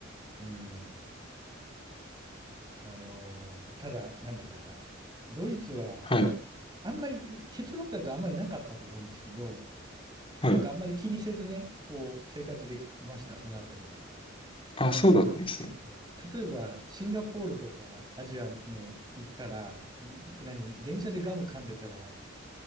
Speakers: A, on the right; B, on the left.
A: うん。あのーただ、なんていうかさ、ドイツは、
B: はい。
A: あんまり、結論から言うとあんまりなかったと思うんですけど、
B: はい。
A: なんかあんまり気にせずね、こう、生活できました、そのあたりは。
B: あ、そうだったんですね。
A: うん。例えば、シンガポールとかアジアの行ったら、ん何、電車でガム噛んでたら、